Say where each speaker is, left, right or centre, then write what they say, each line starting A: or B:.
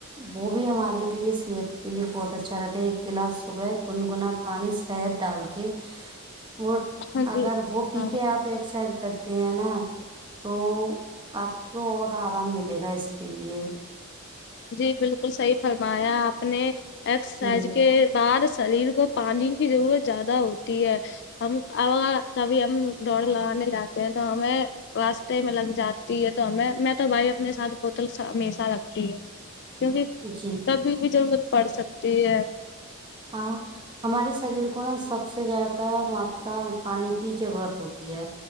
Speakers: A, on the right (about 20°); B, on the left (about 50°).
A: وہ بھی ہمارے لیے صحت کے لیے بہت اچھا رہتا ہے ایک گلاس صبح گنگنا پانی شہد ڈال کے وہ
B: ہاں جی
A: اگر وہ پی
B: ہاں
A: کے آپ ایکسرسائز کرتے ہیں نا تو آپ کو اور آرام ملے گا اس کے لیے
B: جی بالکل صحیح فرمایا آپ نے ایکسرسائز
A: جی
B: کے بار شریر کو پانی کی ضرورت زیادہ ہوتی ہے ہم اب ا کبھی ہم دوڑ لگانے جاتے ہیں تو ہمیں راستے میں لگ جاتی ہے تو ہمیں میں تو بھائی اپنے ساتھ بوتل ہمیشہ رکھتی ہوں کیونکہ
A: جی
B: کبھی بھی ضرورت پڑ سکتی ہے
A: آ ہمارے شریر کو نا سب سے زیادہ ماترا پانی کی ضرورت ہوتی ہے